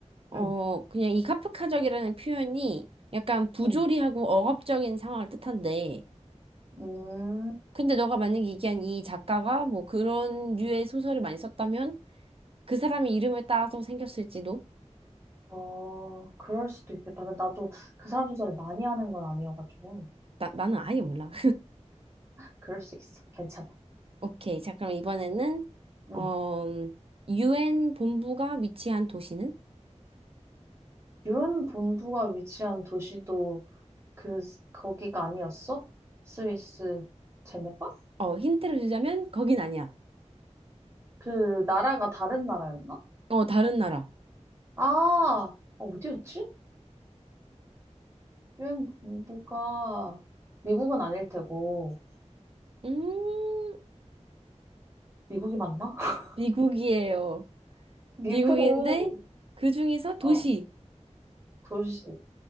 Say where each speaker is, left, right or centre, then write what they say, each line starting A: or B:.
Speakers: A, on the right (about 50°); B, on the right (about 20°).
A: 어,
B: 응,
A: 그냥 이 카프카적이라는 표현이 약간 부조리하고
B: 응.
A: 억압적인 상황을 뜻한데,
B: 음,
A: 근데 너가 만약에 얘기한 이 작가가 뭐 그런 류의 소설을 많이 썼다면 그 사람의 이름을 따서 생겼을지도?
B: 어, 그럴 수도 있겠다. 근데 나도 그 사람 조사를 많이 하는 건 아니어가지고.
A: 나, 나는 아예 몰라.
B: 그럴 수 있어. 괜찮아.
A: 오케이. 자, 그럼 이번에는,
B: 응.
A: 어, UN 본부가 위치한 도시는?
B: 유엔 본부가 위치한 도시도 그, 거기가 아니었어? 스위스 제네바?
A: 어, 힌트를 주자면, 거긴 아니야.
B: 그 나라가 다른 나라였나?
A: 어, 다른 나라.
B: 아, 어, 어디였지? 유엔 본부가 미국은 아닐 테고.
A: 음,
B: 미국이 맞나? <laughs>
A: 미국이에요. 미국인데,
B: 미국,
A: 그 중에서 도시.
B: 어, 도시,